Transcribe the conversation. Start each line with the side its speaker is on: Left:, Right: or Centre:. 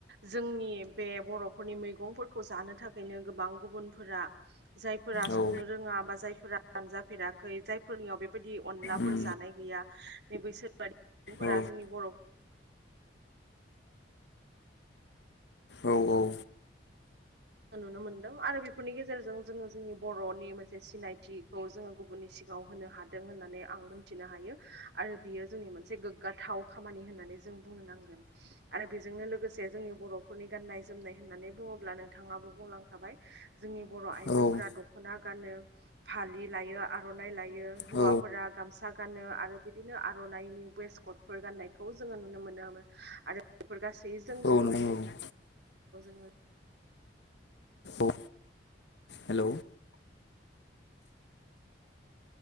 Right: जोंनि बे बर'फोरनि मैगंफोरखौ जानो थाखायनो गोबां गुबुन जायफोरा
Left: औ
Right: संनो रोङा बा जायफोरा मोनजाफेराखै जायफोरनियाव बेफोर बेबायदि अनलाफोर
Left: उम
Right: जानाय गैया नै बैसोर बादि सुबुंफोरा
Left: औ
Right: जोंनि बर'
Left: औ औ
Right: नुनो मोनदों आरो बेफोरनि गेजेरजों जोङो जोंनि बर'नि मोनसे सिनायथिखौ जोङो गुबुननि सिगाङाव होनो हादों। दों होननानै आं मोनथिनो हायो आरो बियो जोंनि मोनसे गोग्गाथाव खामानि होननानै जों बुंनो नांगोन आरो बेजोंनो लोगोसे जोंनि बर'फोरनि गाननाय जोमनाय होननानै बुङोब्ला नोंथाङाबो बुंलांखाबाय। जोंनि बर' आइजोफोरा
Left: औ
Right: दख'ना गानो फालि लायो आर'नाइ लायो। यो हौवाफोरा
Left: औ
Right: गामसा गा गाननो आरो बिदिनो आर'नाइनि वेस कटफोर गाननायखौ जोङो नुनो मोनोमोन आरो बे गासै जों
Left: औ
Right: गुबुन
Left: नोंथां औ
Right: जोङो
Left: औ हेल'